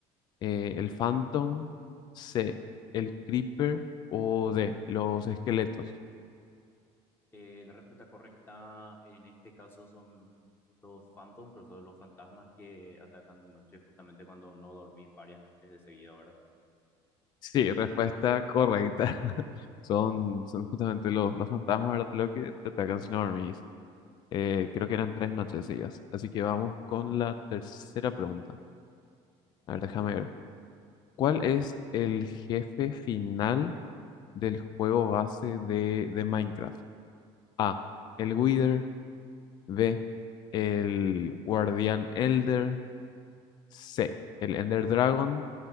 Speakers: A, on the left; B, on the left.
A: eh, el Phantom, C, el Creeper o D, los esqueletos.
B: Eh, la respuesta correcta, en este caso, son los Phantom, que son los fantasmas que atacan de noche, justamente cuando no dormís varias noches de seguida, ¿verdad?
A: Sí, respuesta correcta. <laughs> Son, son justamente los, los fantasmas, ¿verdad? Lo que te atacan si no dormís. Eh, creo que eran tres noches seguidas. Así que vamos con la tercera pregunta. A ver, déjame ver. ¿Cuál es el jefe final del juego base de, de Minecraft? A, el Wither. B, el Guardián Elder. C, el Ender Dragon.